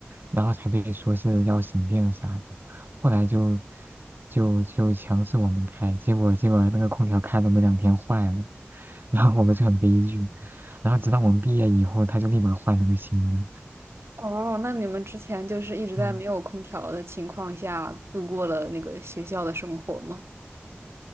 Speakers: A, on the right (about 55°); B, on the right (about 80°).
A: 然后才被说是要省电啥。的。后来就就就强制我们开，结果结果那个空调开了没两天坏了，<laughs> 然后我们就很悲剧，然后直到我们毕业以后，他就立马换了个新的，
B: 哦，那你们之前就是一直在没有空调的情况下度过了那个学校的生活吗？
A: 嗯，